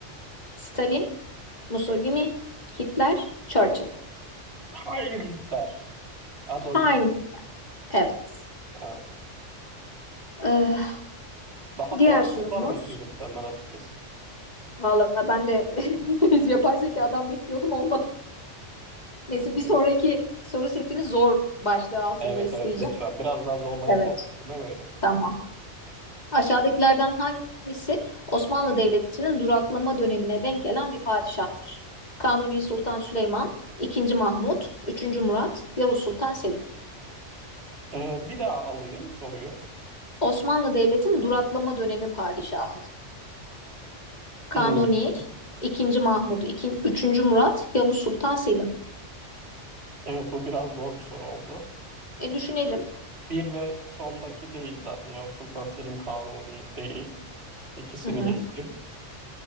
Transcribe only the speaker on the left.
Stalin, Mussolini, Hitler, Churchill.
Aynı.
Evet.
Ee,
diğer
sorumuz.
Valla ben de <laughs> yapay zekadan bekliyordum olmadı. Neyse bir sonraki soru setini zor başlığı altında
isteyeceğim.
Evet.
Tamam. Aşağıdakilerden hangisi Osmanlı Devleti'nin duraklama dönemine denk gelen bir padişahtır? Kanuni Sultan Süleyman, II. Mahmut, 3. Murat, Yavuz Sultan Selim.
Osmanlı Devleti'nin duraklama dönemi padişahı. Kanuni,
ikinci Mahmut, ikin, üçüncü Murat, Yavuz Sultan Selim.
E düşünelim.
Hı hı.